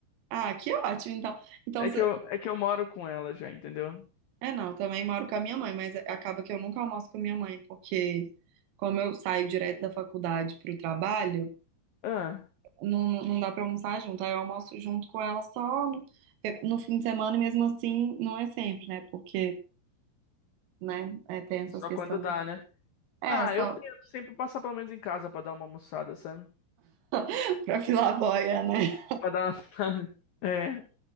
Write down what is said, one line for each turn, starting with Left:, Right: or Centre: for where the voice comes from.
Right: Ah, que ótimo, então. Então,
Left: É que eu, é que eu moro com ela já, entendeu?
Right: É, não, eu também moro com a minha mãe, mas acaba que eu nunca almoço com a minha mãe, porque como eu saio direto da faculdade para o trabalho,
Left: Ah,
Right: não, não não dá para almoçar junto. Aí eu almoço junto com ela só no, eu- no fim de semana, e mesmo assim não é sempre, né? Porque, né, é, tem essas
Left: só
Right: questões.
Left: quando dá, né?
Right: É,
Left: Ah,
Right: só
Left: eu tento sempre passar pelo menos em casa pra dar uma almoçada, sabe?
Right: <laughs> pra filar a boia, né?
Left: Pra dar uma... <laughs> É,